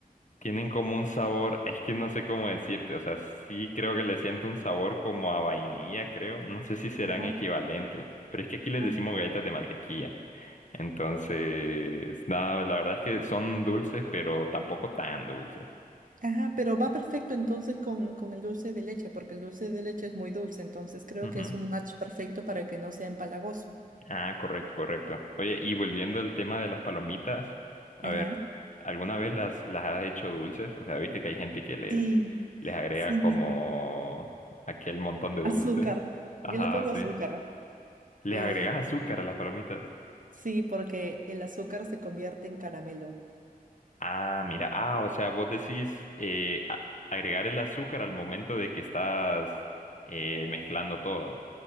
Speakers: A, on the left (about 55°); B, on the right (about 60°).
A: Tienen como un sabor, es que no sé cómo decirte, o sea, sí creo que le siento un sabor como a vainilla, creo. No sé si serán
B: Ajá,
A: equivalentes, pero es que aquí les
B: ajá.
A: decimos galletas de mantequilla. Entonces, nada, la verdad es que son dulces, pero tampoco tan dulces.
B: Ajá, pero va perfecto entonces con, con el dulce de leche, porque el dulce de leche es muy dulce, entonces creo
A: Ujú.
B: que es un match perfecto para que no sea empalagoso.
A: Ah, correcto, correcto. Oye, y volviendo al tema de las palomitas, a
B: Ajá.
A: ver, ¿alguna vez las, las has hecho dulces? O sea, viste que hay gente que les,
B: Sí,
A: les agrega
B: sí,
A: como
B: sí, sí.
A: aquel montón de dulce.
B: Azúcar.
A: Ajá,
B: Yo le pongo
A: sí.
B: azúcar.
A: ¿Les
B: Eh,
A: agregas azúcar
B: sí,
A: a las palomitas?
B: sí, porque el azúcar se convierte en caramelo.
A: Ah, mira, ah, o sea, vos decís eh, a- agregar el azúcar al momento de que estás eh, mezclando todo.